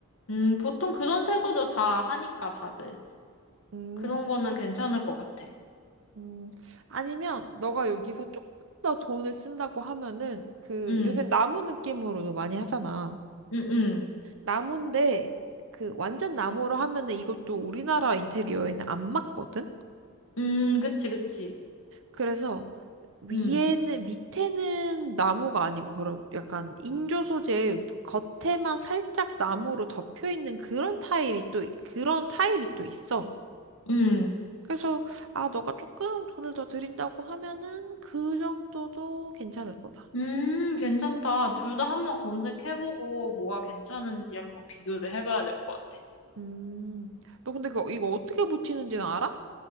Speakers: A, on the left (about 65°); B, on the right (about 60°).
A: 음, 보통 그런 색으로 다 하니까 다들.
B: 음,
A: 그런 거는 괜찮을 것 같아.
B: 음. 아니면 너가 여기서 조금 더 돈을 쓴다고 하면은 그
A: 응,
B: 요새 나무 느낌으로도 많이 하잖아.
A: 응, 응.
B: 나무인데 그 완전 나무로 하면은 이것도 우리나라 인테리어에는 안 맞거든?
A: 음, 그치, 그치.
B: 그래서 위에는
A: 응,
B: 밑에는 나무가 아니고 그런 약간 인조 소재 겉에만 살짝 나무로 덮여 있는 그런 타일이 또 그런 타일이 또 있어.
A: 응.
B: 그래서 아 너가 조금 돈을 더 드린다고 하면은 그 정도도 괜찮을 거다.
A: 음, 괜찮다. 둘 다 한번 검색해보고 뭐가 괜찮은지 한번 비교를 해봐야 될 것 같아.
B: 음. 너 근데 그거- 이거 어떻게 붙이는지는 알아?